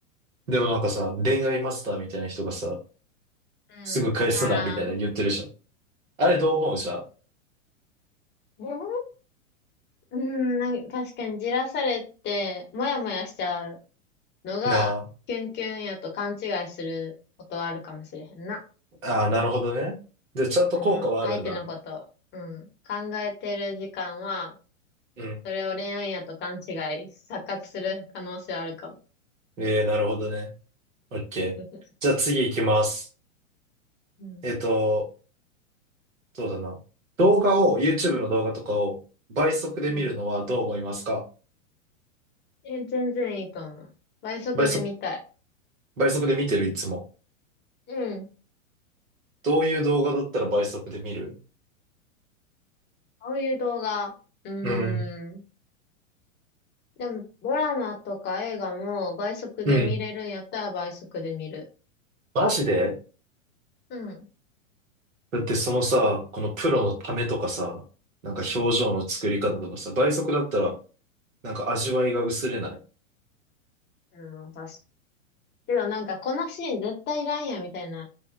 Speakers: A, on the right; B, on the left.
A: でもなんかさ、恋愛マスターみたいな人がさ、
B: うん。
A: すぐ返すな、
B: ああ。
A: みたいな言ってるじゃん。あれどう思うじゃ
B: でもうん、なんか確かにじらされて、もやもやしちゃうのが、
A: ん。な
B: キュンキュンやと勘違いすることはあるかもしれへんな。
A: あ、ああ、なるほどね。で、ちゃんと効果はあるんだ。
B: その、相手のこと、うん、考えてる時間は、
A: うん。
B: それを恋愛やと勘違い、錯覚する可能性はあるかも。
A: ええ、なるほどね。オッケー。
B: <laughs>
A: じゃあ次行きます。
B: うん。
A: えっと、そうだな。動画を、YouTube の動画とかを倍速で見るのはどう思いますか
B: うん。え、全然いいと思う。倍速で見たい。
A: 倍速、倍速で見てるいつも。
B: うん。
A: どういう動画だったら倍速で見る
B: こういう動画、うーん。
A: うん。
B: でも、ドラマとか映画も倍速で見れるんやったら倍速で見る。
A: うん。マジで
B: うん。
A: だってそのさ、このプロのためとかさ、なんか表情の作り方とかさ、倍速だったら、なんか味わいが薄れない。
B: うん、確かけどなんか、このシーン絶対いらんやん、みたいな。